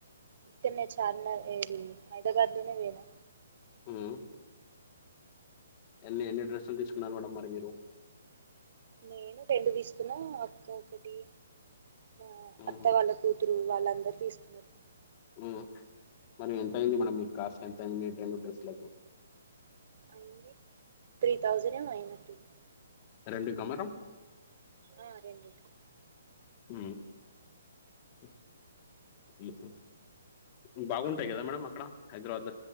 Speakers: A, on the right (about 50°); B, on the left (about 30°).
A: ఇక్కన్నే చార్మినార్ ఏది హైదరాబాద్ లోనే పోయినా
B: ము ఎల్లీ ఎన్ని డ్రెసులు తీసుకున్నారు మేడం మరి మీరు
A: నేను రెండు తీసుకున్నా అక్క ఒకటి ఆ
B: హుహు.
A: అత్తయ్యా వాళ్ళకు కూతురు వాళ్ళందరు తీసుకున్నారు.
B: ఊ మరి ఎంత అయింది మేడం మీ కాస్ట్ ఎంత అయింది మీ రెండు డ్రెస్సులకు
A: అయింది త్రీ థౌజండ్ ఏమో అయినట్టుంది.
B: రెండు క మేడం
A: ఆ రెండిటికి
B: ఊ.. ఉ.. ఊ ఉ ఊ బాగుంటాయి గదా మేడం అక్కడ హైదరాబాద్